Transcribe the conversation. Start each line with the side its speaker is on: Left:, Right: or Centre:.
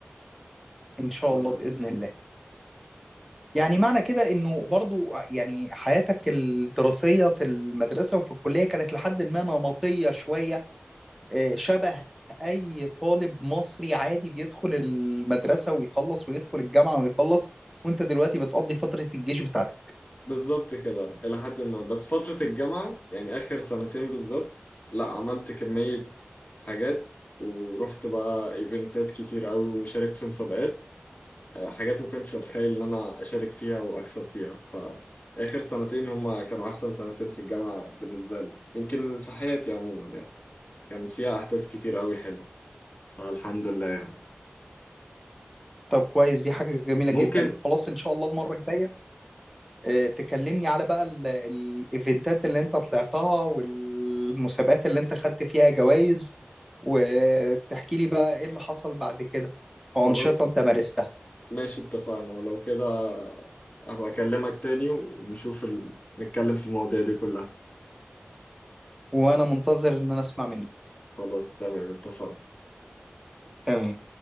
Centre: ان شاء
Left: ف-
Centre: الله باذن الله يعني معنى كده انه برضو يعني حياتك الدراسيه في المدرسه وفي الكليه كانت لحد ما نمطيه شويه آه، شبه اي طالب مصري عادي بيدخل المدرسه ويخلص ويدخل الجامعه ويخلص وانت دلوقتي بتقضي فتره الجيش بتاعتك
Left: بالظبط كده إلى حد ما بس فترة الجامعة يعني آخر سنتين بالظبط لا عملت كمية حاجات ورحت بقى إيفنتات كتير أوي وشاركت في مسابقات آه، حاجات ما كنتش أتخيل إن أنا أشارك فيها وأكسب فيها فآخر سنتين هما كانوا أحسن سنتين في الجامعة بالنسبة لي يمكن في حياتي عموما يعني كان فيها أحداث كتير أوي حلوة فالحمد لله يعني
Centre: طب كويس دي حاجة جميلة
Left: ممكن
Centre: جدا خلاص إن شاء الله المرة الجاية آه، تكلمني على بقى ال- الإيفنتات اللي أنت طلعتها والمسابقات اللي أنت خدت فيها جوائز وتحكي لي بقى إيه اللي حصل بعد كده وأنشطة
Left: خلاص
Centre: أنت مارستها
Left: ماشي اتفقنا ولو كده هبقى اكلمك تاني ونشوف ال... نتكلم في المواضيع دي كلها
Centre: وأنا منتظر إن أنا أسمع منك
Left: خلاص تمام اتفقنا
Centre: تمام